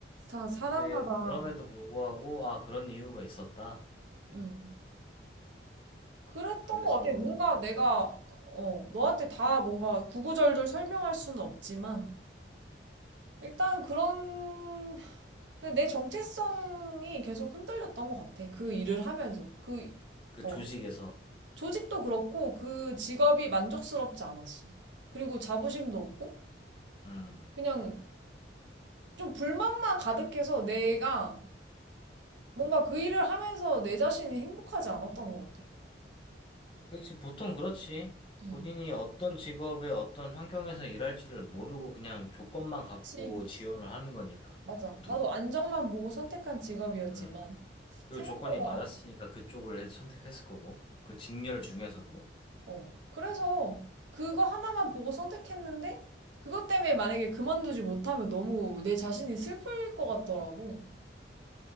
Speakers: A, on the right (about 85°); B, on the left (about 30°).
A: 다 사람마다,
B: 그래, 그럼에도 불구하고, 아, 그런 이유가 있었다.
A: 음. 그랬던
B: 그래서
A: 것 같아. 뭔가 내가, 어, 너한테 다 뭔가 구구절절 설명할 수는 없지만, 일단 그런, 그냥 내 정체성이 계속 흔들렸던 것 같아. 그 일을 하면서. 그,
B: 그
A: 어.
B: 조직에서,
A: 조직도 그렇고 그 직업이 만족스럽지 않았어. 그리고 자부심도 없고
B: 음.
A: 그냥 좀 불만만 가득해서 내가 뭔가 그 일을 하면서 내 자신이 행복하지 않았던 것 같아.
B: 그렇지, 보통 그렇지.
A: 응
B: 본인이 어떤 직업에 어떤 환경에서 일할지를 모르고 그냥 조건만 갖고
A: 그치.
B: 지원을 하는 거니까,
A: 맞아.
B: 보통은.
A: 나도 안정만 보고 선택한 직업이었지만
B: 음. 그리고
A: 생각보다
B: 조건이 맞았으니까 그쪽을 해- 선택했을 거고, 그 직렬 중에서도.
A: 어. 그래서 그거 하나만 보고 선택했는데 그것 때문에 만약에 그만두지 못하면 너무 내 자신이 슬플 것 같더라고.